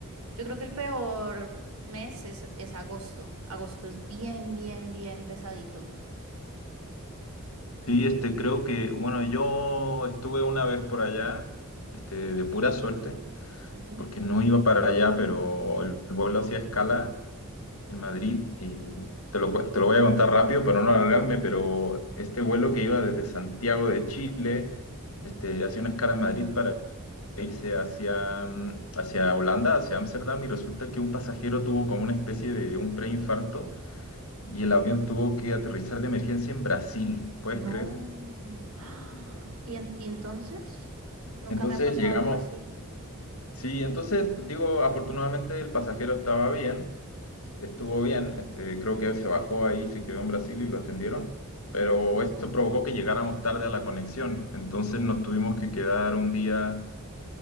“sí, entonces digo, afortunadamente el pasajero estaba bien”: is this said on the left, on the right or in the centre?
Left